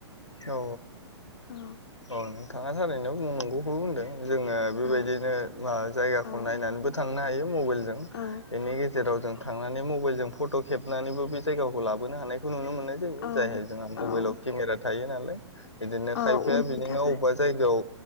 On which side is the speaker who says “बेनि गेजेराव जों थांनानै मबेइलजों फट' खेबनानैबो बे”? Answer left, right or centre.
Left